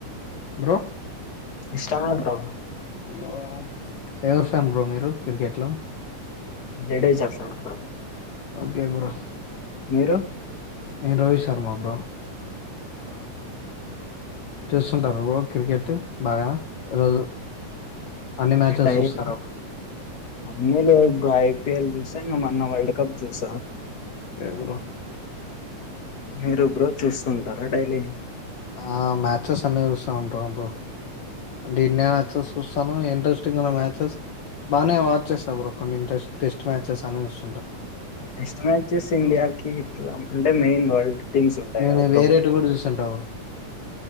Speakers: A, on the left; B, on the left.
A: బ్రో
B: ఇష్టమే బ్రో
A: హలో ఎవరు ఫాన్ బ్రో మీరు క్రికెట్ లో
B: Jadeja Joseph bro
A: okay bro
B: మీరు
A: నేను రోహి శర్మ బ్రో
B: ఆ
A: చూస్తుంటారు బ్రో క్రికెట్ బాగా రోజు అన్ని మ్యాచస్
B: డైలీ
A: చూస్తార బ్
B: అన్నీ లేదు బ్రో ఐపీఎల్ చూసా ఇంక మొన్న వల్డ్ కప్ చూసా
A: ఎపుడు
B: మీరు బ్రో చూస్తుంటారా డైలీ
A: ఆ మ్యాచెస్ అన్ని చూస్తా ఉంట బ్రో దీన్నే మ్యాచెస్ చూస్తాను ఇంట్రెస్టింగ్ ఉన్న మ్యాచెస్ బాగానే వాచ్ చేస్తా బ్రో కొన్ని ఇంట్రెస్ టెస్ట్ మ్యాచెస్ అన్ని చూస్
B: టెస్ట్ మ్యాచెస్ ఇండియాకి ఇట్లా అంటే మెయిన్ వోల్డ్ థింగ్స్ ఉంటాయి
A: నేను
B: కదా బ్రో
A: వేరేటి కూడా చూసింటా